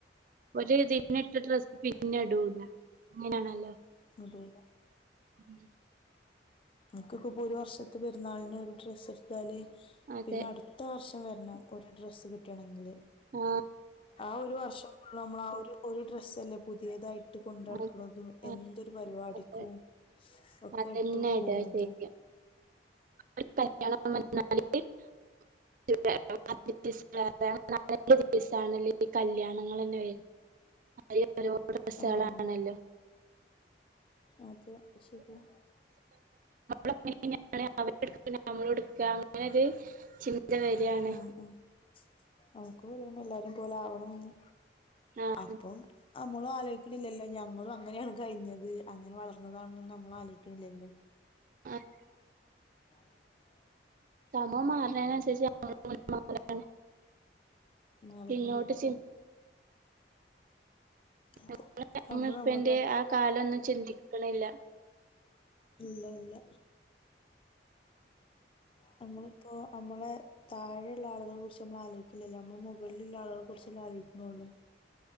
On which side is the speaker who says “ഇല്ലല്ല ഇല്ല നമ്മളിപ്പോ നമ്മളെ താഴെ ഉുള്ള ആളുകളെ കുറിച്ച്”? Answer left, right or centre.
Left